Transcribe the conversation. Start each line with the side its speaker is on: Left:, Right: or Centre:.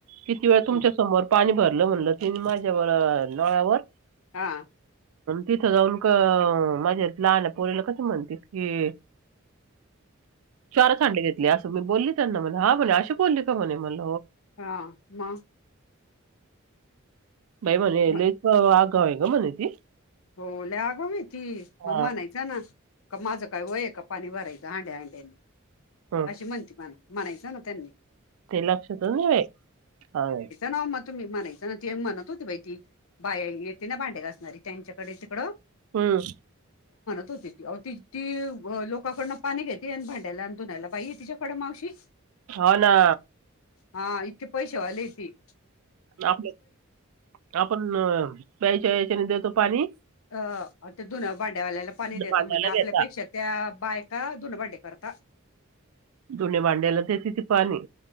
Right: किती वेळ तुमच्या
Left: हं.
Right: समोर पाणी भरलं म्हणलं तिनी माझ्या नळावर.
Left: हा
Right: तिथं जाऊन का माझ्या लहान पोरीला कस म्हणत कि चार हांडे घेतली असं मी बोलली त्यांना मला हा म्हणे अशी बोलली का म्हणे मला.
Left: हा म
Right: बाई म्हणे
Left: मग-
Right: लईच आघाव आहे म्हणे ती.
Left: हो लय आगाव आहे ती
Right: हा
Left: मग म्हणायचं ना का माझं काय वय का पाणी भरायचं हांड्या हांड्यानी
Right: ह
Left: अशी म्हणते म्हणायचं ना त्यांनी.
Right: लक्षातच नाही बाई सांगायचं.
Left: ना मग तुम्ही म्हणायचं ना ते म्हणत होती बाई ती बाय येते ना भांडे घासणारी त्यांच्याकडे तिकडं
Right: हम!
Left: हो ती त ती लोकाकडनं पाणी घेते आणि भांडायला आणि धुनायला बाई तिच्याकडे मावशी.
Right: हो ना.
Left: हा इथे पैसे वाले येत.
Right: आपल्या आपण प्यायच्या याच्याने देतो पाणी.
Left: अ ते धून भाड्यावाल्याला पाणी
Right: जुन्या
Left: देतं
Right: भांड्याला
Left: म्हणजे आपल्यापेक्षा
Right: घेता
Left: त्या बायका धुन भाड्या करता.
Right: धून भांड्याला देते ती पाणी.